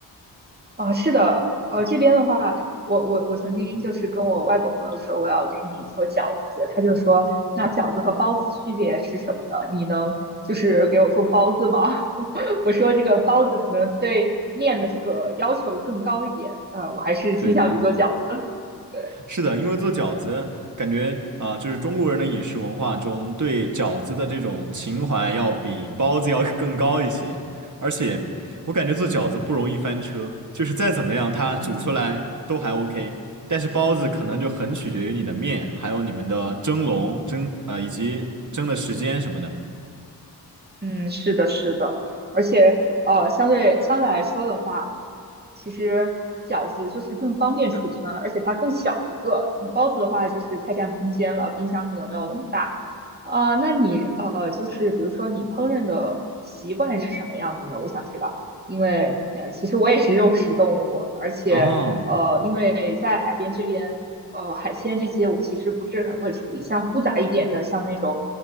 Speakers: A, on the right; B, on the right.
A: 啊，是的，呃，这边的话，我我我曾经就是跟我外国朋友说我要给你做饺子，他就说那饺子和包子区别是什么呢？你能就是给我做包子吗？<laughs> 我说这个包子可能对面的这个要求更高一点，呃，我还是倾向于做饺子。
B: 对的。
A: <laughs> 对，
B: 是的，因为做饺子，感觉啊、呃就是中国人的饮食文化中对饺子的这种情怀要比包子要更高一些。而且，我感觉做饺子不容易翻车，就是再怎么样，它煮出来都还
A: 嗯。
B: OK。但是包子可能就很取决于你的面，还有你们的蒸笼、蒸啊，以及蒸的时间什么的。
A: 嗯，是的，是的，而且呃，相对相对来说的话，其实饺子就是更方便储存，而且它更小一个。包子的话就是太占空间了，冰箱可能没有那么大。啊、那你呃，就是比如说你烹饪的习惯是什么样的呢？我想知道，因为呃，其实我也是肉食动物，而且呃，
B: 哦，
A: 因为在海边这边，呃，海鲜这些我其实不是很会处理，像复杂一点的，像那种。